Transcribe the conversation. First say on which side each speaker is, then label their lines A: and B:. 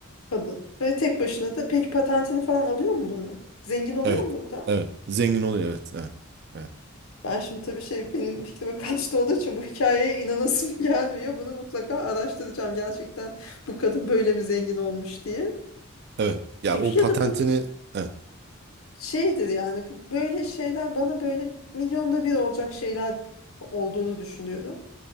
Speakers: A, on the left; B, on the right.
A: Kadın. Ve tek başına da peki patentini falan alıyor mu bunun? Zengin oluyor
B: Evet.
A: mu burada?
B: Evet. Zengin oluyor. Evet. Evet. Evet.
A: Ben şimdi tabii şey benim fikrime kaçtı olduğu için bu hikayeye inanasım <laughs> gelmiyor. Bunu mutlaka araştıracağım gerçekten bu kadın böyle mi zengin olmuş diye.
B: Evet. Ya
A: Çünkü
B: o patentini
A: ya da bu
B: evet.
A: şeydir yani bu böyle şeyler bana böyle milyonda bir olacak şeyler olduğunu düşünüyorum.